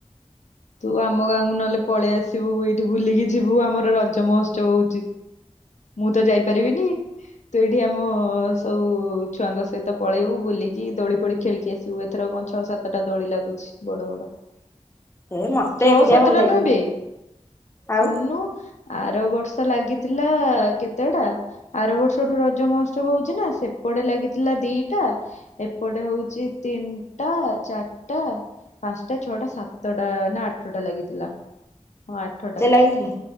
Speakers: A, on the left (about 70°); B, on the left (about 20°).
A: ତୁ ଆମ ଗାଁକୁ ନହେଲେ ପଳେଇ ଆସିବୁ ଏଇଠି ବୁଲିକି ଯିବୁ ଆମର ରଜ ମହୋତ୍ସବ ହଉଚି। ମୁଁ ତ ଯାଇପାରିବିନି। ତୁ ଏଇଠି ଆମ ସବୁ ଛୁଆଙ୍କ ସହିତ ପଳେଇବୁ ବୁଲିକି ଦୋଳି ଫୋଳି ଖେଳିକି ଆସିବୁ ଏଥର କଣ ଛଅ ସାତଟା ଦୋଳି ଲାଗୁଛି ବଡ ବଡ।
B: ଏ ମତେ
A: ଛଅ
B: ଏକୁଟିଆ
A: ସାତଟା
B: ଭଲ ଲାଗିବନି
A: ନୁହେଁ ବେ
B: ଆଉ
A: ଶୁଣନୁ। ଆର ବର୍ଷ ଲାଗିଥିଲା କେତେଟା ଆର ବର୍ଷଠୁ ରଜ ମହୋତ୍ସବ ହଉଚି ନାଁ ସେପଟେ ଲାଗିଥିଲା ଦିଟା ଏପଟେ ହଉଚି ତିନିଟା ଚାରିଟା ପାଞ୍ଚଟା ଛଅଟା ସାତ ନାଁ ଆଠଟା ଲାଗିଥିଲା ହଁ ଆଠଟା।
B: ହେଇଥିଲା